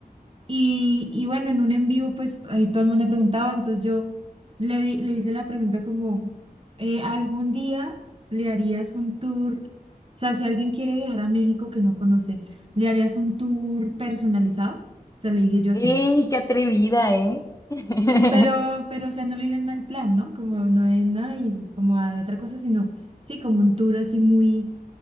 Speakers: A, on the right; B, on the left.
A: Y, y bueno, en un en vivo, pues ahí todo el mundo preguntaba, entonces yo le, di- le hice la pregunta como, eh, ¿algún día le harías un tour? O sea, si alguien quiere viajar a México que no conoce, ¿le harías un tour personalizado? O sea, le dije yo así.
B: ¡Ey, qué atrevida, eh! <laughs>
A: Pero, pero, o sea, no lo dije en mal plan, ¿no? Como no es nada y como a otra cosa, sino sí, como un tour así muy